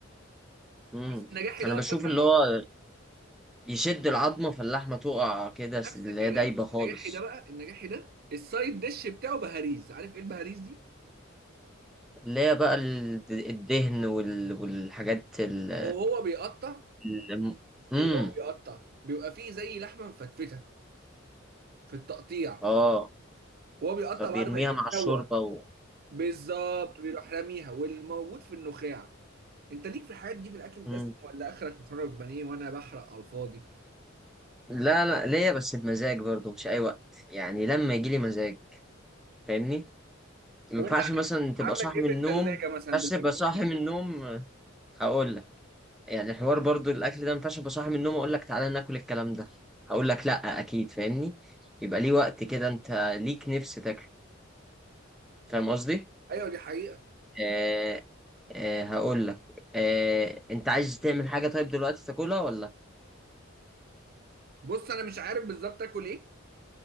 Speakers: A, in the centre; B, on the right (about 50°).
A: امم
B: بس النجاحي
A: انا
B: دوت
A: بشوف
B: مثلا
A: اللي هو يشد العظمة فاللحمة تقع كده س-
B: نفس
A: اللي
B: الكلام
A: هي دايبة خالص
B: النجاحي ده بقى النجاحي ده السايد ديش بتاعه بهاريز عارف ايه البهاريز دي
A: اللي هي بقى ال- الدهن وال... والحاجات ال...
B: وهو بيقطع
A: ال... امم
B: وهو بيقطع بيبقى فيه زي لحمه مفتفته في التقطيع
A: اه
B: وهو بيقطع
A: فبيرميها
B: بعد ما يكون
A: مع الشوربة
B: سوى
A: و...
B: بالظبط بيروح راميها والموجود في النخاع انت ليك في الحاجات دي في الاكل الدسم
A: امم
B: ولا اخرك مكرونه بانيه وانا بحرق على الفاضي
A: لا لا ليا بس بمزاج برضه مش اي وقت يعني لما يجي لي مزاج فاهمني ما
B: طب
A: ينفعش
B: انت
A: مثلا تبقى
B: عندك
A: صاحي
B: ايه
A: من
B: في
A: النوم
B: الثلاجه مثلا
A: بس
B: دلوقتي
A: تبقى صاحي
B: ممكن
A: من
B: نعمله
A: النوم آه، هقول لك يعني حوار برضه الاكل ده ما ينفعش ابقى صاحي من النوم اقول لك تعالى ناكل الكلام ده هقول لك لا اكيد فاهمني يبقى ليه وقت كده انت ليك نفس تاكله فاهم قصدي
B: ايوه دي حقيقه
A: آه آه هقول لك آه انت عايز تعمل حاجه طيب دلوقتي تاكلها ولا
B: بص انا مش عارف بالظبط اكل ايه